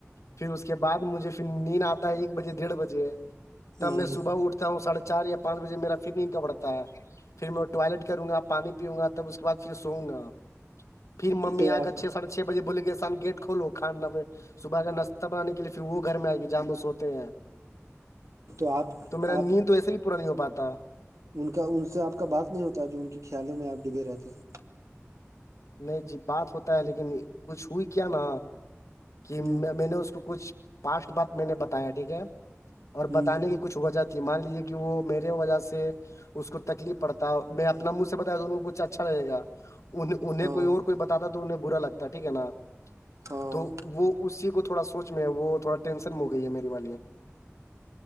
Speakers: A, on the left; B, on the right.
A: پھر اس کے بعد مجھے پھر نیند آتا ہے ایک بجے ڈیڑھ بجے تب
B: ہاں
A: میں
B: جی
A: صبح اٹھتا ہوں سڑھے چار یا پانچ بجے میرا فٹنگ کا پڑتا ہے پھر میں ٹوائلٹ کروں گا پانی پیوں گا تب اس کے بد پھر سووں گا پھر ممی
B: تو
A: آگر
B: آپ
A: چھ سڑھے چھ بجے بوللی گی آان گیٹ کھولو کھانا پ صبح کا ن تب آنے کےے پھر وہ گھر میں آئے گ جاموس ہو ہیں
B: آپ
A: تو میرا
B: آپ
A: نیند تو ایسے بھی پورا نہیں ہو پاتا
B: ان کا ان سے آپ کا بات نہیں ہوتا ہے جو ان کے خیالوں میں آپ ڈبے رہتے ہیں
A: نہیں جی بات ہوتا ہے لیکن کچھ ہوئی کیا نا
B: ہیں
A: کہ میں
B: ہ
A: نے اس کو کچھ پاسٹ بات میں نے بتایا ٹھیک ہے اور
B: ہ
A: بتانے کی کچھ ہوجاتی مان لیجیے کہ وہ میرے وجہ سے اس کو تکلیف پڑتا ہے میں اپنا منہ سے بتاوں کو کچھ اچھا لگے گا ان انہیں
B: ہاں
A: کوئی اور کوئی بتاتا تو انہیں برا لگتا ٹھیک ہے نا
B: ہاں
A: تو وہ اسی کو تھوڑا سوچ میں ہے وہ تھوڑا ٹینشن ہو گئی ہے میری والیاں